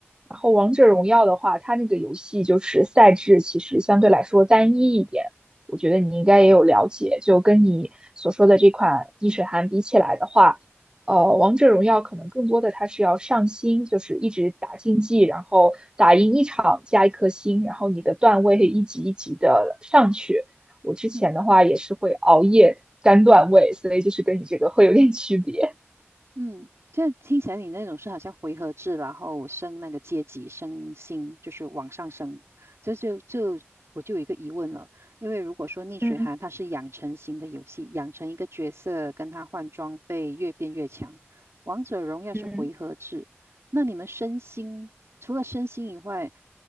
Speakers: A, on the right; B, on the right.
A: 然后王者荣耀的话，它那个游戏就是赛制其实相对来说单一一点，我觉得你应该也有了解。就跟你所说的这款逆水寒比起来的话，呃，王者荣耀可能更多的它是要上星，就是一直打竞技，然后打赢一场加一颗星，然后你的段位一级一级的上去。我之前的话也是会熬夜干段位，
B: 嗯。
A: 所以就是跟你这个会有点区别。
B: 嗯，这听起来你那种是好像回合制，然后升那个阶级，升星，就是往上升。就就就我就有一个疑问了，因为如果说逆水寒它是养成型的游戏，
A: 嗯
B: 养成一个角色跟他换装备越变越强，王者荣耀是回合制，
A: 嗯，
B: 那你们升星除了升星以外，